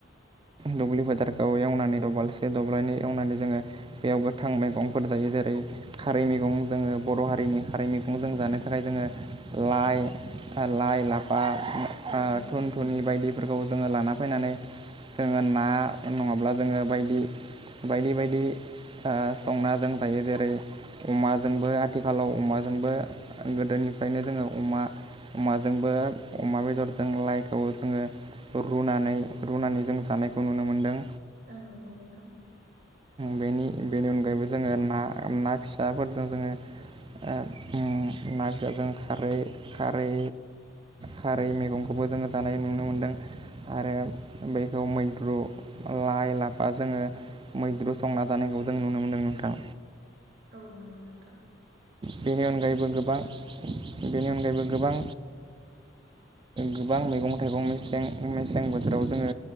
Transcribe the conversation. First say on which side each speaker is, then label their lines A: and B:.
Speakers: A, on the right (about 25°); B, on the right (about 50°).
A: दुब्लि फोथारखौ एवनानै दबालसे दब्लाइनै एवनानै जोङो बेयाव गोथां मैगंफोर जायो जेरै खारै मैगं जोङो बर' हारिनि खारै मैगं जों जानो थाखाय जोङो लाइ लाइ लाफा ओ
B: औ नंगौ
A: थुन
B: नोंथां
A: थुनि बायदिफोरखौ जोङो लाना फैनानै जोङो ना नङाब्ला जोङो बायदि बायदि बायदि ओ संनाजों जायो जेरै अमाजोंबो आथिखालाव अमाजोंबो गोदोनिफ्रायनो जोङो अमा अमाजोंबो अमा बेदरजों लाइखौ जोङो रुनानै, रुनानै जों जानायखौ नुनो मोन्दों।
B: औं नंगौ नोंथां।
A: बेनि बेनि अनगायैबो जोङो ना ना फिसाफोरजों जोङो ओ ना फिसाजों खारै खारै खारै मैगंखौबो जोङो जानाय नुनो मोनदों आरो बैखौ मैद्रु, लाइ लाफा जोङो मैद्रु संना जानायखौ जों नुनो मोनदों नोंथां।
B: औ नंगौ नोंथां नोंथाङा
A: बेनि अनगायैबो
B: सैथोखौनो
A: गोबां
B: बुंदों
A: बेनि अनगायैबो गोबां, गोबां मैगं थाइगं मसें मेसें बोथोराव जोङो